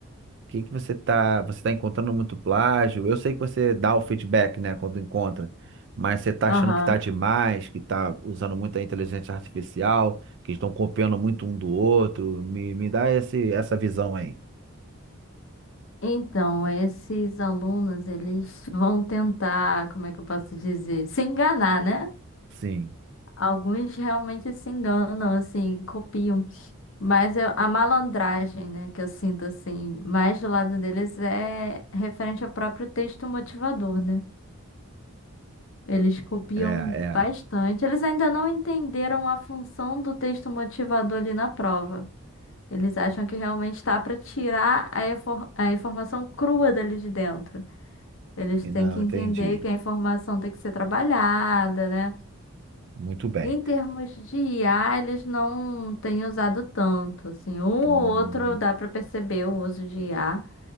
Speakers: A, on the right; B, on the left.
A: que que você tá, você tá encontrando muito plágio? Eu sei que você dá o feedback, né, quando encontra, mas você tá achando
B: Aham.
A: que tá demais, que tá usando muita inteligência artificial, que estão copiando muito um do outro. Me, me dá esse, essa visão aí.
B: Então, esses alunos, eles vão tentar, como é que eu posso dizer? Se enganar, né?
A: Sim,
B: Alguns realmente se enganam, assim, copiam. Mas eu- a malandragem, né, que eu sinto, assim, mais do lado deles é referente ao próprio texto motivador, né? Eles copiam
A: é, é.
B: bastante. Eles ainda não entenderam a função do texto motivador ali na prova. Eles acham que realmente está para tirar a, infor- a informação crua dali de dentro. Eles
A: E
B: têm
A: Não,
B: que entender
A: entendi.
B: que a informação tem que ser trabalhada, né?
A: Muito bem.
B: Em termos de IA, eles não têm usado tanto, assim, um
A: Hum,
B: ou outro dá para perceber o uso de IA,